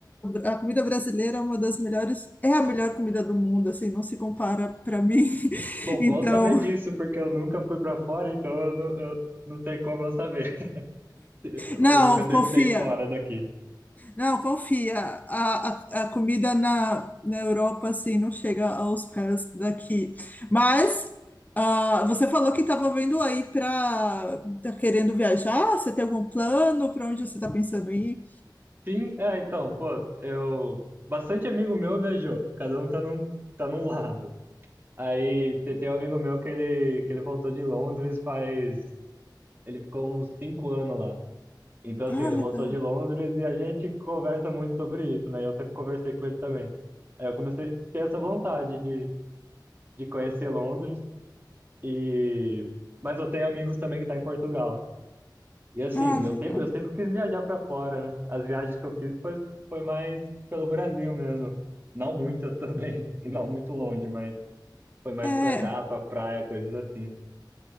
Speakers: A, on the left (about 20°); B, on the right (about 25°).
A: a, a comida brasileira é uma das melhores, é a melhor comida do mundo, assim, não se compara para mim. <laughs>
B: Bom,
A: Então,
B: bom saber disso, porque eu nunca fui pra fora, então eu não, eu não tenho como eu saber. <laughs> Eu,
A: não,
B: eu nunca testei
A: confia.
B: fora daqui.
A: Não, confia. A, a, a comida na, na Europa, assim, não chega aos pés daqui. Mas ah, você falou que estava vendo aí para... Tá querendo viajar? Você tem algum plano? Para onde você está pensando em ir?
B: Sim, é, então, pô, eu. Bastante amigo meu viajou, cada um tá num, tá num lado. Aí te- tem um amigo meu que ele, que ele voltou de Londres faz. Ele ficou uns cinco anos lá. Então, assim,
A: Ah,
B: ele
A: legal.
B: voltou de Londres e a gente conversa muito sobre isso, né? Eu sempre conversei com ele também. Aí eu comecei a ter essa vontade de, de conhecer Londres e. Mas eu tenho amigos também que tá em Portugal. E assim,
A: Ah,
B: eu sempre,
A: legal.
B: eu sempre quis viajar pra fora, né? As viagens que eu fiz foi, foi mais pelo Brasil mesmo. Não muitas também, <laughs> e não muito longe, mas foi mais
A: É,
B: pra cá, pra praia, coisas assim.